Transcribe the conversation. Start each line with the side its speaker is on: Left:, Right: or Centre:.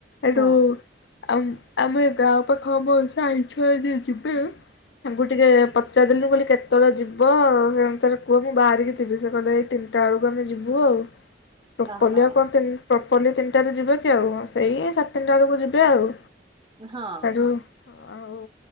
Left: ଏଠୁ
Right: ହୁଁ
Left: ଆ ଆମେ ଗାଁ ପାଖ ବସ ସାଇ ଛୁଆ ଯେ ଯିବେ ତାଙ୍କୁ ଟିକେ ପଚାରିଦଲନୁ କହିଲି କେତେ? ଯେତେବେଳେ ଯିବ ସେ ଅନୁସାରେ କୁହ ମୁଁ ବାହାରିକି ଥିବି ସେ କହିଲଲେ ଏଇ ତିନିଟା ବେଳକୁ ଆମେ ଯିବୁ ଆଉ। ପ୍ରପର୍ଲି
Right: ଓହୋ
Left: ଆଉ କଣ ପ୍ରପର୍ଲି ତିନିଟାରେ ଯିବେ କି ଆଉ ସେଇ ସାତଟା ବେଳକୁ ଯିବେ ଆଉ।
Right: ହଁ।
Left: ହେଠୁ ଆଉ